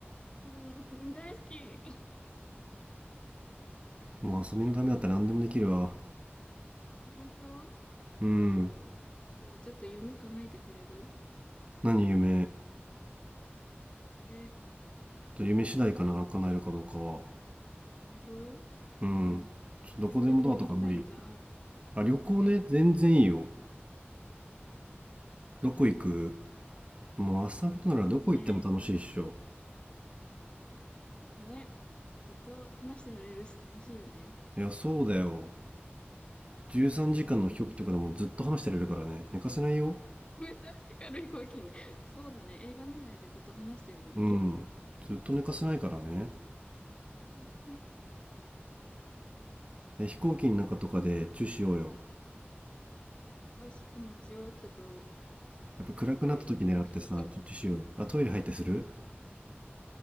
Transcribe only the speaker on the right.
もう遊びのためだったら何でもできるわ。
うん。
何夢
と夢次第かな、
叶えるかどうかは。
うん。ちょどこでもドアとか無理。
あ、旅行ね、
全然いいよ。
どこ行くもう朝びとならどこ行っても楽しいっしょ。
いや、そうだよ。13時間の飛行機とかでもずっと話してられるからね。
寝かせないよ。
うん。
ずっと寝かせないからね。
で、飛行機の中とかでチューしようよ。
やっぱ暗くなった時狙ってさ、
チュチュしようよ。あ、トイレ入ってする